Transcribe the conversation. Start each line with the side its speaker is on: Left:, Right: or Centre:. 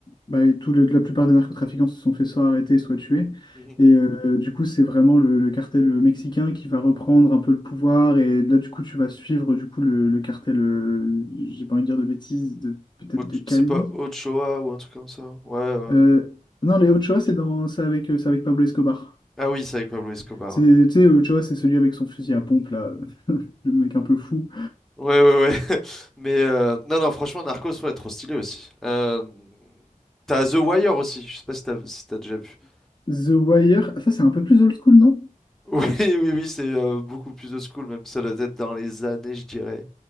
Left: bah, et tout le- la plupart des narcotrafiquants se sont fait soit arrêter, soit tuer.
Centre: Mhm.
Left: Et euh, du coup, c'est vraiment le, le cartel mexicain qui va reprendre un peu le pouvoir. Et là, du coup, tu vas suivre du coup le, le cartel, euh, j'ai pas envie de dire de bêtises, de, peut-être
Centre: Ocho-
Left: de Cali.
Centre: C'est pas Ochoa ou un truc comme ça. Ouais. euh.
Left: Euh, non, les Ochoa, c'est dans, c'est avec, c'est avec Pablo Escobar.
Centre: Ah oui, c'est avec Pablo Escobar.
Left: C'est, tu sais, Ochoa, c'est celui avec son fusil à pompe, là, <laughs> le mec un peu fou.
Centre: Ouais, ouais, ouais. ouais. <laughs> Mais euh, non, non, franchement, Narcos, ouais, trop stylé aussi. Euh, T'as The Wire aussi. Je sais pas si t'as si t'as déjà vu. <laughs>
Left: The Wire, Ah, ça c'est un peu plus old school, non?
Centre: Oui, oui, oui, c'est euh, beaucoup plus old school même. Ça doit être dans les années, je dirais,